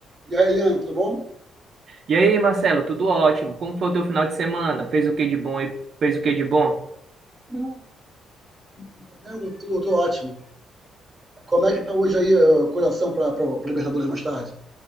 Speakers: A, on the right; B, on the right.
A: E aí, Leandro, tudo bom?
B: E aí, Marcelo, tudo ótimo? Como foi o teu final de semana? Fez o que de bom e fez o que de bom?
A: Bom, com o Flamengo, tudo, tudo ótimo. Como é que tá hoje aí uh, o coração para Libertadores mais tarde?